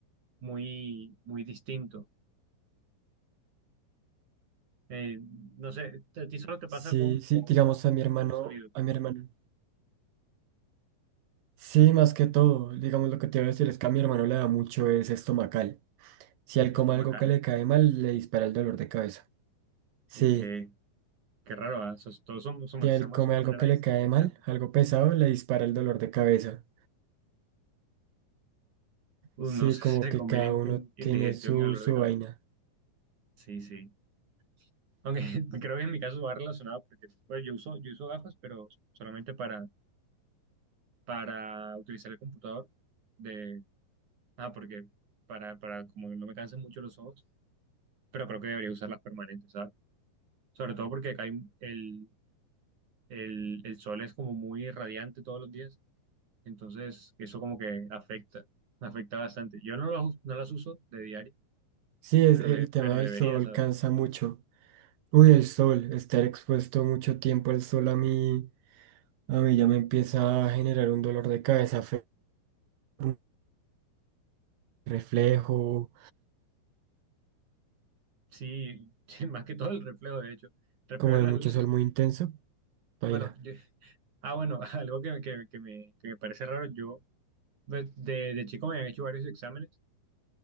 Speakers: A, on the right; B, on the right.
A: muy, muy distinto. Eh, no sé, ¿a ti solo te
B: Sí,
A: pasa con,
B: sí,
A: con,
B: digamos
A: con,
B: a mi hermano,
A: con sonido
B: a mi hermano. Sí, más que todo, digamos lo que te iba a decir es que a mi hermano le da mucho es estomacal. Si él
A: estomacal?
B: come algo que le cae mal, le dispara el dolor de cabeza. Sí,
A: Qué, qué raro, ¿ah? Sos- Todos som- somatizamos
B: si él come
A: eso de una
B: algo que
A: manera
B: le
A: dis-
B: cae
A: diferente.
B: mal, algo pesado, le dispara el dolor de cabeza.
A: Uno
B: Sí,
A: <laughs> se
B: como que
A: conviene
B: cada uno
A: en in- indigestión
B: tiene su,
A: y dolor
B: su
A: de cabeza.
B: vaina.
A: Sí, sí. Aunque <laughs> creo que en mi caso va relacionado porque pues, yo uso, yo uso gafas, pero solamente para para utilizar el computador de, ah, porque para, para como no me cansen mucho los ojos, pero creo que debería usar las permanentes, ¿sabes? Sobre todo porque acá hay el, el, el sol es como muy radiante todos los días, entonces eso como que afecta, afecta bastante. Yo no las, no las uso de diario,
B: Sí, es
A: pero,
B: el
A: de-
B: tema
A: pero
B: del
A: debería,
B: sol
A: ¿sabes?
B: cansa mucho. Uy, el sol, estar expuesto mucho tiempo al sol a mí, a mí ya me empieza a generar un dolor de cabeza feo, un reflejo,
A: Sí, <laughs> sí, más que todo el reflejo, de hecho, reflejo
B: como
A: de
B: de
A: las
B: mucho
A: luces.
B: sol muy intenso, baila.
A: Bueno, yo- ah, bueno, <laughs> algo que, que, que me, que me parece raro, yo de, de de chico me han hecho varios exámenes